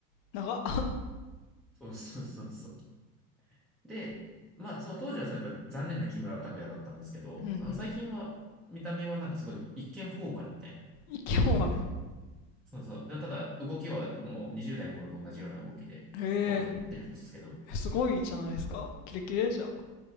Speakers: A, on the left; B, in the centre.
A: 長っ。<laughs>
B: そうそうそうそう。で、まあ、その当時はそのやっぱり残念な木村拓哉だったんですけど、
A: うんうん。
B: あの、最近は見た目はなんかすごい一見フォーマルみたいな。
A: 息も悪い。
B: そうそう。で、ただ動きはもう20代の頃と同じような動きで踊りってるんですけど、
A: へえ、すごいじゃないですか。キレキレじゃん。